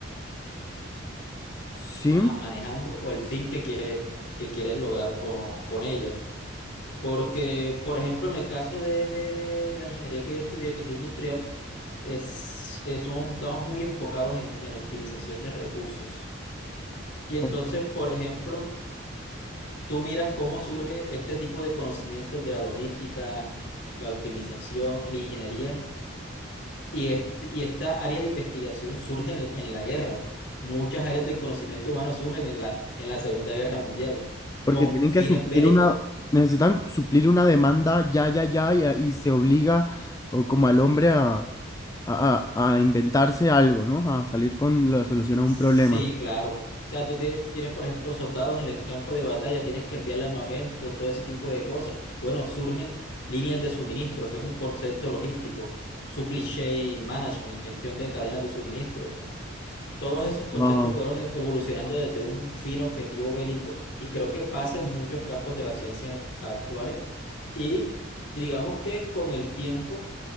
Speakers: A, on the left; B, on the left.
A: sí,
B: está manejando o el fin que quiere, que quieres lograr con, con ella. Porque, por ejemplo, en el caso de, de la ingeniería que yo estudié, que es la industrial, es, es somos- estamos muy enfocados en, en optimización de recursos. Y entonces,
A: ok,
B: por ejemplo, tú miras cómo surge este tipo de conocimientos de la logística, la optimización, la ingeniería. Y, este- y esta área de investigación surge en, en la guerra. Muchas áreas del conocimiento humano surgen en la, en la Segunda Guerra Mundial,
A: Porque
B: con
A: tienen
B: fines
A: que suplir
B: bélicos.
A: una, necesitan suplir una demanda ya, ya, ya, y, a- y se obliga o como al hombre a, a, a- a inventarse algo, ¿no? A salir con la solución a
B: Sí,
A: un problema.
B: claro. O sea, tú tienes, tú tienes, por ejemplo, soldados en el campo de batalla, tienes que enviarle armamento, todo ese tipo de cosas. Bueno, surgen líneas de suministro, que es un concepto logístico, supply chain management, gestión de cadenas de suministro. todos esos conceptos
A: wow
B: fueron e- evolucionando desde un fino objetivo bélico y creo que pasa en muchos campos de las ciencias actuales y digamos que con el tiempo